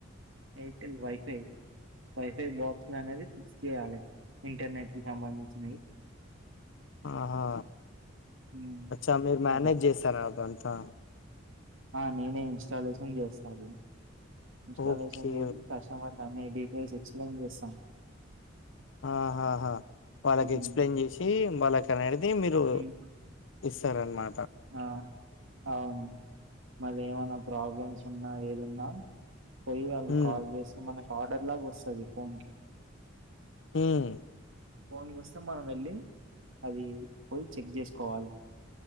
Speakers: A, on the right (about 80°); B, on the left (about 65°).
A: ఎయిర్టెల్ వైఫై వైఫై బాక్స్లు అనేది ఫిక్స్ చేయాలి. ఇంటర్నెట్ కి సంబంధించినయ్
B: ఆహా
A: హ్మ్
B: అచ్చా మీరు మ్యానేజ్
A: అట్లా
B: చేసార అదంతా
A: ఆ నేనే ఇన్స్టాలేషన్ చేస్తా అవి ఇన్స్టాలేషన్
B: ఓకే
A: చేసి కస్టమర్ అన్నీ డీటెయిల్స్ ఎక్స్ప్లెయిన్ చేస్తాం
B: ఆహాహా వాళ్ళకి
A: హ్మ్
B: ఎక్స్ప్లెయిన్ చేసి మనకనేటిది మీరు
A: హ్మ్
B: ఇస్తారన్మా
A: ఆ అవును మళ్ళ ఏమనా ప్రాబ్లమ్స్ ఉన్నా ఏద న్నా పోయి వాళ్ళు
B: హ్మ్
A: కాల్ చేస్తే మనకి ఆర్డర్ లాగా వస్తుంది ఫోన్ కి
B: ఊమ్
A: ఫోన్ కొస్తే మనం వెళ్ళి అది పోయి చెక్ చేసుకోవాలి